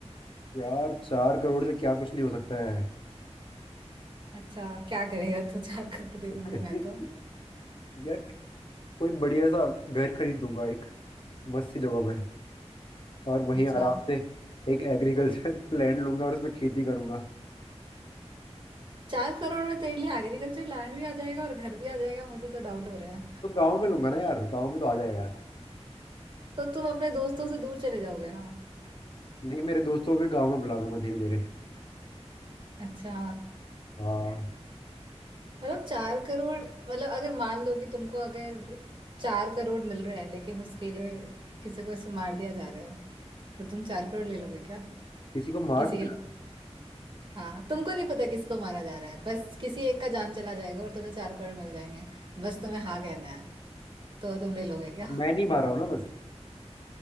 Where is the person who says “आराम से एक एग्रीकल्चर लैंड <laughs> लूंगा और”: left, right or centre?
Left